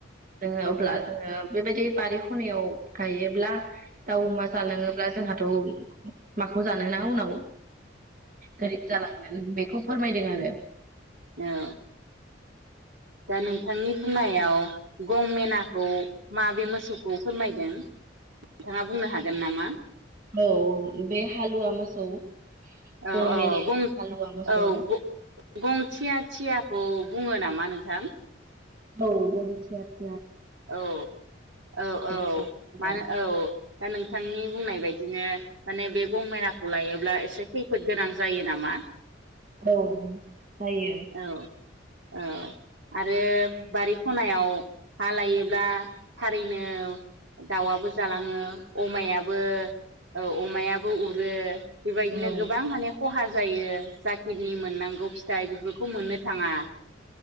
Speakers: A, on the right; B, on the right.
A: जोङो अब्ला जोङो बेबायदि बारि खनायाव गायोब्ला दाउ अमा जालाङोब्ला जोंहा थ' माखौ जानो ना उनाव गोरिब जालांङो बेखौ खौ फोरमायदों आरो
B: औ दा नोंथांनि बुंनायाव गं मेनाखौ माबे मोसौखौ फोरमायदों? नोंथाङा बुंनो हागोन नामा?
A: औ बे हालुवा मोसौ गंमेने
B: औ औ गं
A: हालुवा मोसौ
B: औ गंथिया थियाखौ बुङो नामा? नोंथां
A: औ गं थिया
B: औ औ
A: बे
B: औ
A: मोसौखौ बुंदों
B: मानो औ दा नोंथांनि बुंनाय बायदि बायदिनो माने बे गंमैनाखौ लायोब्ला एसे खैफोद गोनां जायो नामा?
A: औ जायो
B: औ औ आरो बारि खनायाव हा लायोब्ला थारैनो दाउआबो जालाङो । अमायाबो औ अमायाबो उरो बेबायदिनो
A: औ
B: गोबां माने खहा जायो जाखिनि मोननांगौ फिथाइ बेफोरखौ मोननो थाङा ।